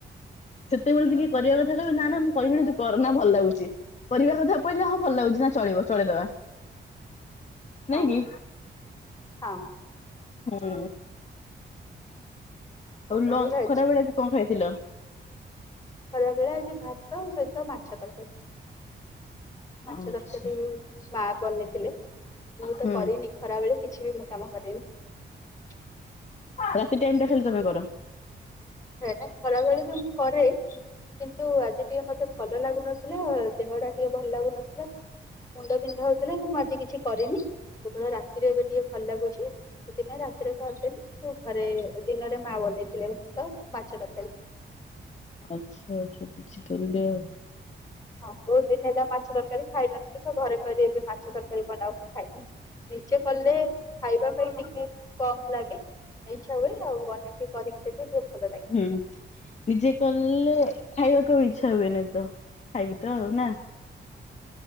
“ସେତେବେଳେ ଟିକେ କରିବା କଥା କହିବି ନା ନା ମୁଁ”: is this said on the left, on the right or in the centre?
Left